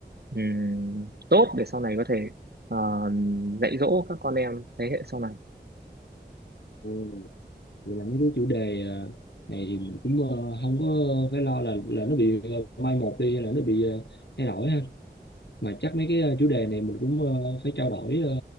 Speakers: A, on the right (about 65°); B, on the left (about 80°).
A: ừm, tốt để sau này có thể ờ, dạy dỗ các con em thế hệ sau này
B: Ừ, vậy là mấy cái chủ đề ờ, này thì mình cũng ờ, không có phải lo là là nó bị ờ, mai một đi hay là nó bị ờ, thay đổi ha mà chắc mấy cái ờ, chủ đề này mình cũng ờ, phải trao đổi ờ,